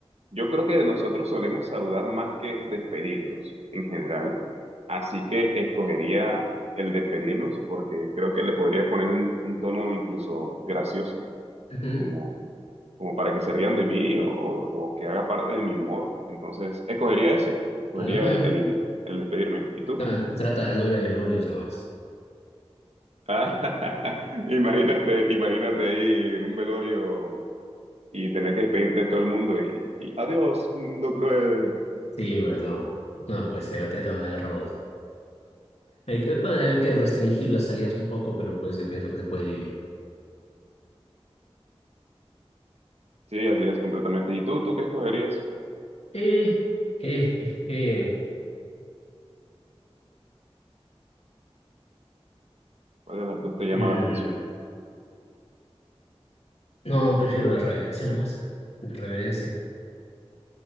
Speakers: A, on the right; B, on the left.
A: Yo creo que nosotros solemos saludar más que despedirnos en general, así que escogería el despedirnos porque creo que le podría poner un, un tono incluso gracioso,
B: ujú.
A: como, como para que se rían de mí o, o- o que haga parte de mi humor. Entonces, escogería ese, escogería
B: No, bueno.
A: el, el, el despedirme. ¿Y tú?
B: No, trata de no ir a velorios nomás.
A: Ah, <laughs> imagínate, imagínate ahí en un velorio y tener que despedirte de todo el mundo y, y adiós, mundo cruel.
B: Sí, pues no. No, pues te, te van a agarrar odio. Hay que, van a haber que restringir las salidas un poco, pero pues yo pienso que se puede vivir.
A: Sí, así es completamente. ¿Y tú, tú qué escogerías?
B: Eh, eh, eh, eh.
A: ¿Cuál de las dos te llama
B: Mm,
A: la atención?
B: no, no prefiero la reverencia nomás. La reverencia.